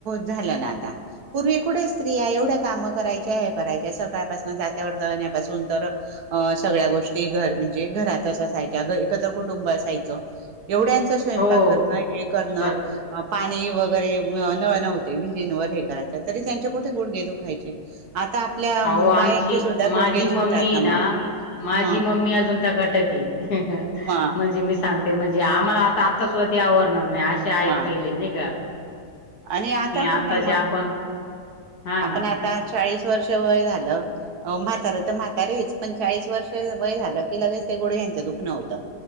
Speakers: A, on the right; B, on the left.
A: झालं ना आता पूर्वी कुठे स्त्री आहे एवढं कामं करायचे आहे करायच्या सकाळपासून जात्यावर दण्यापासून तर अ सगळ्या गोष्टी घर म्हणजे घरातच असायच्या एकत्र कुटुंब असायचं एवढ्यांचा स्वयंपाक
B: हो.
A: करणं हे करणं
B: स्वयं
A: पाणी वगैरे न नव्हते विहिरींवर हे करायच तरी त्यांचे कुठे गुडघे दुखायचे आता आपल्या अम,
B: अ
A: बायांचे
B: आमची
A: सुद्धा
B: माझी
A: गुडघे दुखतात
B: मम्मी
A: मग
B: ना माझी
A: म
B: मम्मी अजून ट ण
A: म
B: <inaudible> सांगते म्हणजे आम्हाला आता आत्स्वदी आवरणार नाही असे आहेत
A: म
B: पहिले नाही का,
A: आणि आता कुठे
B: आताचे
A: म,
B: आपण हा ना
A: आपण आता चाळीस वर्ष वय झालं. अ म्हातारं तर म्हातारेच, पण चाळीस वर्ष वय झालं की लगेच ते गोड ह्यांचं दुख नव होतं.